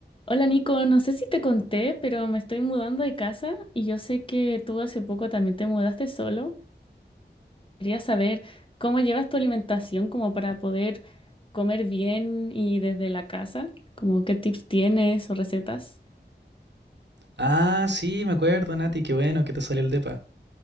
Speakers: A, on the left; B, on the right.
A: Hola Nico, no sé si te conté, pero me estoy mudando de casa y yo sé que tú hace poco también te mudaste solo. Quería saber cómo llevas tu alimentación como para poder comer bien y desde la casa, como qué tips tienes o recetas.
B: Ah, sí, me acuerdo, Nati, qué bueno que te salió el depa.